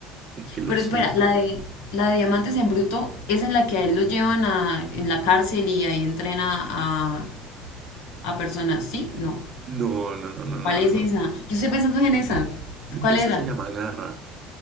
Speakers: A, on the right (about 35°); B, on the left (about 85°).
A: como que lo
B: Pero
A: siento.
B: espera, la de, la de Diamantes en Bruto es en la que a él lo llevan a, en la cárcel y ahí entrena a, a personas. ¿Sí? No.
A: No, no, no, no, no,
B: ¿Cuál
A: no,
B: es esa?
A: no.
B: Yo estoy pensando en esa.
A: Y
B: ¿Cuál
A: esa
B: era?
A: se llama Garra.